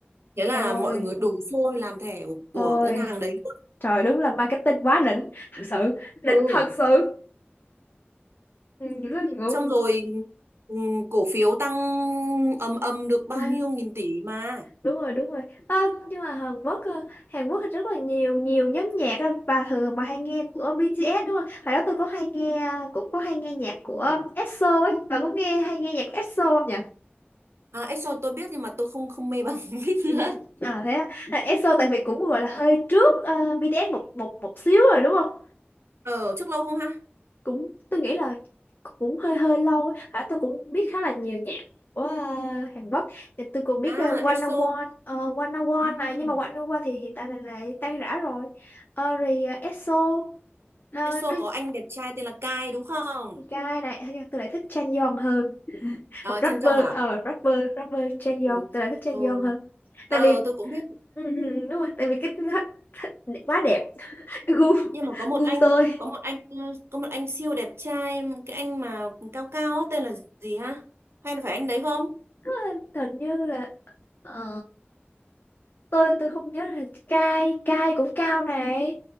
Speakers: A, on the right; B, on the left.
A: thế là
B: ôi
A: mọi người đổ xô đi làm thẻ của,
B: ôi
A: của ngân hàng đấy luôn
B: trời đúng là marketing quá đỉnh thật sự đỉnh
A: ừ
B: thật sự ừ, rất là ngưỡng
A: xong rồi ừm, cổ phiếu tăng ầm ầm được bao
B: ừ.
A: nhiêu nghìn tỷ mà
B: đúng rồi đúng rồi à, nhưng mà Hàn Quốc ờ, Hàn Quốc thì rất là nhiều nhiều nhóm nhạc á. bà thường bà hay nghe của BTS đúng không hồi đó tôi có hay nghe cũng có hay nghe nhạc của
A: Ừ.
B: EXO ấy bà có nghe hay nghe nhạc của EXO không nhỉ
A: à Exo tôi biết nhưng mà tôi không không mê bằng <laughs> Vip
B: Ừ.
A: nữa
B: à thế á. à, EXO tại vì cũng gọi là hơi trước ờ, BTS một một một xíu rồi đúng không
A: ờ trước lâu không ha
B: cũng tôi nghĩ là cũng hơi hơi lâu á. à, tôi cũng biết khá là nhiều nhạc của ờ, Hàn Quốc thì tôi cũng biết
A: à
B: uh,
A: Exo
B: 101 uh, 101
A: ừm,
B: này nhưng mà 101 thì hiện tại là lại tan rã rồi Ờ, rồi ờ, EXO ờ,
A: Exo
B: nó
A: có anh đẹp trai tên là Kai đúng không
B: guy này nhưng mà tôi lại thích Chan Yeon hơn
A: à,
B: hoặc
A: Trân
B: rapper
A: Trọng à
B: ờ rapper rapper Chan
A: ừ.
B: Yeon tôi lại thích Chan
A: Ừ.
B: Yeon hơn
A: ờ
B: tại vì
A: tôi cũng biết
B: ừ, ừ, đúng rồi tại vì cái <laughs> quá đẹp <laughs> gu
A: nhưng mà có một
B: gu
A: anh
B: tôi
A: có một anh ờ, có một anh siêu đẹp trai cái anh mà cao cao á, tên là gì ha hay là phải anh đấy không
B: Ờ, hình như là ờ, tôi tôi không nhớ là cai cai cũng cao này